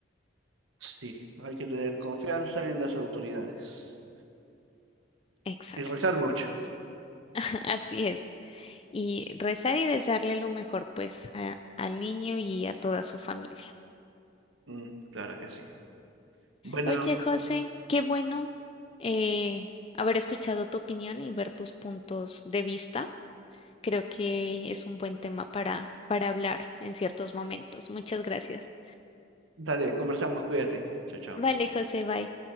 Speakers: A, on the right; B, on the left.
A: Sí, hay que tener confianza en las autoridades
B: Exacto,
A: y rezar mucho.
B: <laughs> así es. Y rezar y desearle lo mejor pues a- al niño y a toda su familia.
A: Mm, claro que sí. Bueno,
B: Oye, José, qué bueno eh, haber escuchado tu opinión y ver tus puntos de vista. Creo que es un buen tema para, para hablar en ciertos momentos. Muchas gracias.
A: dale, conversamos, cuídate. Chao, chao.
B: Vale, José, bye.